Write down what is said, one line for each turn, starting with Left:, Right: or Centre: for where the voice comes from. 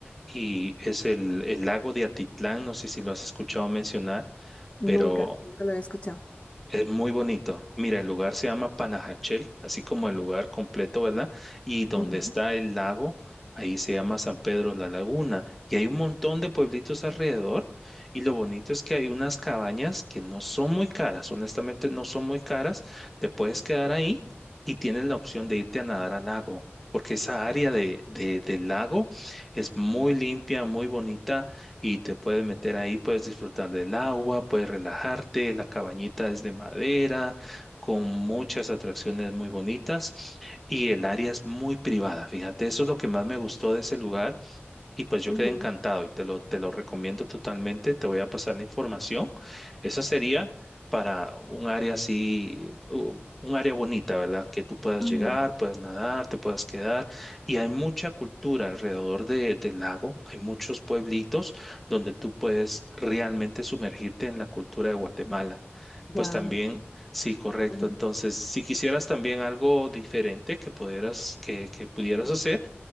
Centre: Y es el, el lago de Atitlán, no sé si lo has escuchado mencionar,
Left: nunca,
Centre: pero
Left: nunca lo había escuchado.
Centre: Es muy bonito. Mira, el lugar se llama Panajachel, así como el lugar completo, ¿verdad? Y donde
Left: Ujú,
Centre: está el lago, ahí se llama San Pedro la Laguna. Y hay un montón de pueblitos alrededor. Y lo bonito es que hay unas cabañas que no son muy caras, honestamente no son muy caras. Te puedes quedar ahí y tienes la opción de irte a nadar al lago, porque esa área de, de- del lago es muy limpia, muy bonita y te puedes meter ahí, puedes disfrutar del agua, puedes relajarte, la cabañita es de madera, con muchas atracciones muy bonitas y el área es muy privada. Fíjate, eso es lo que más me gustó de ese lugar, y pues yo
Left: Ujú,
Centre: quedé encantado y te lo, te lo recomiendo totalmente. Te voy a pasar la información. Esa sería para un área así, u- un área bonita, ¿verdad? Que tú puedas
Left: ujú.
Centre: llegar, puedas nadar, te puedas quedar. Y hay mucha cultura alrededor de- del lago. Hay muchos pueblitos donde tú puedes realmente sumergirte en la cultura de Guatemala.
Left: Guau.
Centre: Pues también, sí, correcto.
Left: ujú.
Centre: Entonces, si quisieras también algo diferente que pudieras, que, que pudieras hacer,